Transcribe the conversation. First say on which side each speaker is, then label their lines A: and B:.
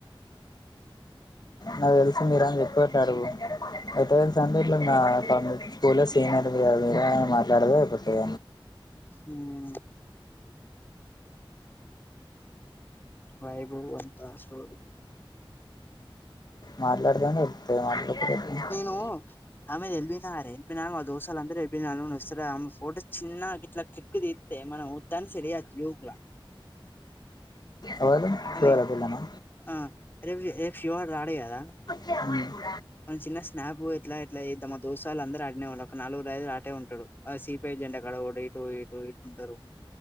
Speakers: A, on the left; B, on the left.
A: నాకు తెలిసి మీర అని చెప్పిట్టారు అయితే సండే ఇట్లా నా స్కూల్ సీనియర్ గ మాట్లాడదు ఎక్కువ
B: మ్ వైభూ అంత సో
A: మాట్లాడదామని పిలితది మాట్లాడలేదు
B: ఆ ఆమెది ఎల్బీనగర్ ఎల్బీనగర్లో మా దోస్తులందరూ నుండి ఎల్బీనగర్ వస్తారు ఆమె ఫోటో చిన్న గిట్ల క్లిక్ ది మ మనం ఉత్తగనే సెట్ చేయొచ్చు యూత్ ల
A: ఎవలు
B: కానీ
A: ఎవరు ఆ పిల్లనా
B: ఆ రేపు రేపు శివగాడు రాడు కదా
A: అ
B: మనం చిన్న స్నాప్ ఎట్లా ఎట్లా తీద్దామా దోస్త్ గాల్లు అందరు ఆడనే ఉంటరు ఒక నాలుగురు ఐదులు ఆటే ఉంటడు ఆ సిపిఐ జెండా కాడ అక్కడ ఒకడు ఇటు ఇటు ఇటు ఉంటారు